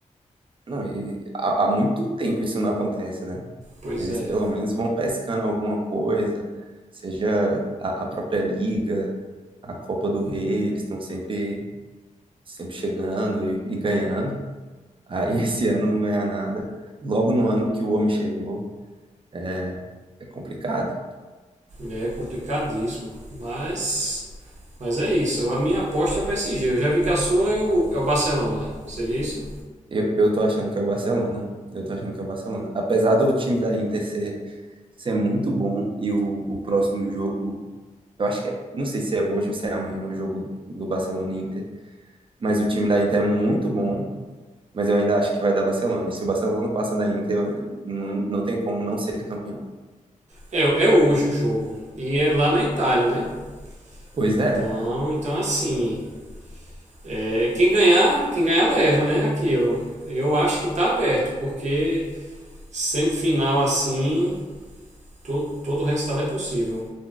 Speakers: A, on the right; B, on the right.
A: Não, e há, há muito tempo isso não acontece, né?
B: Pois
A: Eles
B: é,
A: pelo menos vão pescando alguma coisa, seja a, a própria Liga, a Copa do Rei, eles estão sempre, sempre chegando e, e ganhando. Aí <laughs> esse ano não ganhar nada. Logo no ano que o homem chegou, é, é complicado.
B: É complicadíssimo. Mas. Mas é isso. A minha aposta é o PSG. Eu já vi que a sua é o, é o Barcelona. Seria isso?
A: Eu, eu tô achando que é o Barcelona. Eu tô achando que é o Barcelona. Apesar do time da Inter ser Isso é muito bom. E o, o próximo jogo, eu acho que, é- não sei se é hoje ou se é amanhã no jogo do Barcelona e Inter, mas o time da Inter é muito bom, mas eu ainda acho que vai dar Barcelona. E se o Barcelona passa da Inter, eu- não, não tem como não ser campeão.
B: É, é hoje o jogo. E é lá na Itália, né?
A: Pois
B: Então,
A: é,
B: então assim. é, quem ganhar, quem ganhar leva, né? Aquilo. Eu acho que tá aberto, porque semifinal assim, todo, todo o resultado é possível.